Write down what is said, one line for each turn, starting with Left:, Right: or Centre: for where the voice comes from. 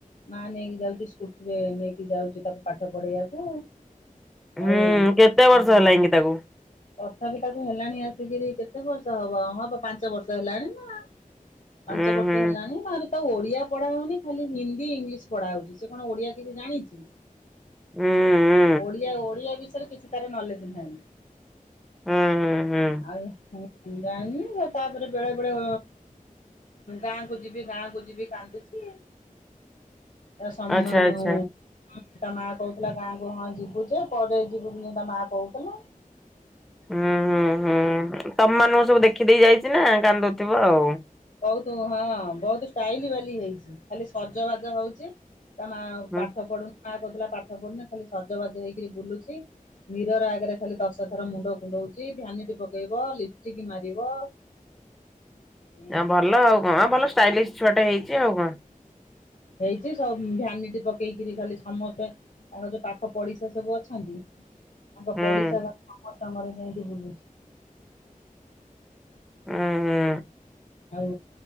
Left: ମା ନେଇକି ଯାଉଛି ସ୍କୁଟି ରେ ନେଇକି ଯାଉଛି ତାକୁ ପାଠ ପଢେଇବାକୁ। ଆଉ
Centre: ହୁଁ କେତେ
Left: ହୁଁ
Centre: ବର୍ଷ ହେଲାଣି କିି ତାକୁ?
Left: ତଥାପି ତାକୁ ହେଲାଣି ଆସିକିରି କେତେ ବର୍ଷ ହବ। ହଁ ବା ପାଞ୍ଚ ବର୍ଷ ହେଲାଣି ନା ପାଞ୍ଚ
Centre: ଉଁ
Left: ବର୍ଷ
Centre: ହୁଁ
Left: ହେଲାଣି ତ ଓଡିଆ ପଢା ହଉନି ଖାଲି ହିନ୍ଦୀ ଇଂଲିଶ ପଢା ହଉଛି ସେ କଣ ଓଡିଆ କିଛି ଜାଣିଛି।
Centre: ହୁଁ ହୁଁ
Left: ଓଡିଆ ଓଡିଆ ବିଷୟରେ କିଛି ତାର ନଲେଜ ନାହିଁ।
Centre: ହୁଁ ହୁଁ ହୁଁ
Left: ଆଉଁ ଜାଣିିନି। ତାପରେ ବେଳେ ବେଳେ ଗାଁ କୁ ଯିବି ଗାଁ କୁ ଯିବି କାନ୍ଦୁଛି। ଏ ସମ୍
Centre: ଆଚ୍ଛା
Left: <unintelligible>
Centre: ଆଚ୍ଛା।
Left: ହଁ ତା ମା କହୁଥିଲା ଗାଁକୁ ହଁ ଯିବୁ ଯେ ପରେ ଯିବୁ ବୋଲି ତା ମା କହୁଥିଲା।
Centre: ହୁଁ ହୁଁ ହୁଁ ତମମାନଙ୍କୁ ସବୁ ଦେଖିଦେଇ ଯାଇଛି ନା କାନ୍ଦୁଥିବ ଆଉ।
Left: ବହୁତ ହଁ ବହୁତ ଷ୍ଟାଇଲି ବାଲି ହେଇଛି ଖାଲି ସଜବାଜ ହଉଛି ତା ମା
Centre: ହୁଁ
Left: ପାଠ ପଢୁନି ମା କହୁଥିଲା ପାଠ ପଢୁନି ଖାଲି ସଜବାଜ ହେଇକିରି ବୁଲୁଛି। ମିରର୍ ଆଗରେ ଖାଲି ଦଶ ଥର ମୁଣ୍ଡ କୁଣ୍ଡଉଚି ଭ୍ୟାନିଟି ପକେଇବ ଲିପ ଚିକି ମାରିବ। ଏମ
Centre: ଆ ଭଲ ଆଉ କଣ ଭଲ ଷ୍ଟାଇଲିଶ ଛୁଆଟେ ହେଇଛି ଆଉ କଣ।
Left: ହେଇଛି ସବୁ ଭ୍ୟାନିଟି ପକେଇକିରି ଖାଲି ସମସ୍ତେ ତାଙ୍କ ଯୋଉ ପାଖ ପଡିଶା ସବୁ ଅଛନ୍ତି ତାଙ୍କ
Centre: ହୁଁ।
Left: ପଡିଶା ଘ ସମସ୍ତଘରେ ଯାଇକି ବୁଲୁଛି।
Centre: ଉଁ ହୁଁ
Left: ଆଉ